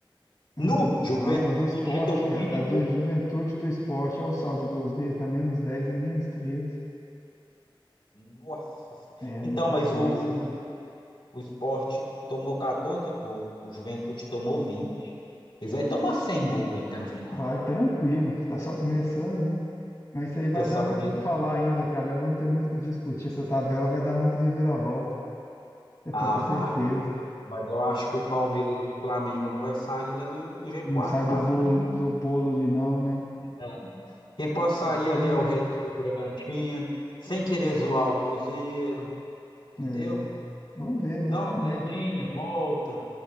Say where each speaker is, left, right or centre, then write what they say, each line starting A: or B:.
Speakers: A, on the left; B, on the left.
A: é.
B: No Juventude
A: Não, a do esporte,
B: já tomou
A: cara.
B: 20
A: A do
B: gols.
A: Juventude do Esporte. Olha o saldo de gols dele. Tá menos 10 e menos treze
B: Nossa. Senhora.
A: É muita
B: Então, mas
A: coisa.
B: o, o, o Sport tomou 14 gols, o Juventude tomou 20. Eles vai tomar 100 gols até no final.
A: Vai tranquilo. Tá só começando, né? Mas isso aí vai
B: Eu só
A: dar muito
B: começo.
A: o que falar ainda, cara. Nós vamos ter muito o que discutir. Essa tabela vai dar muita reviravolta. Você
B: Ah,
A: pode ter
B: vai.
A: certeza.
B: Mas eu acho
A: Vai.
B: que o Palmeiras e o Flamengo não vai sair lá do G4
A: Não sai
B: fácil
A: do bolo,
B: nenhum.
A: do bolo ali, não, né?
B: cara. Quem pode sair
A: É,
B: ali
A: vamos
B: é o
A: ver.
B: Red Bull Bragantino, sem querer zoar o Cruzeiro, entendeu?
A: É, vamos ver, né?
B: Dá uma
A: Vamos
B: saidinha,
A: ver.
B: volta.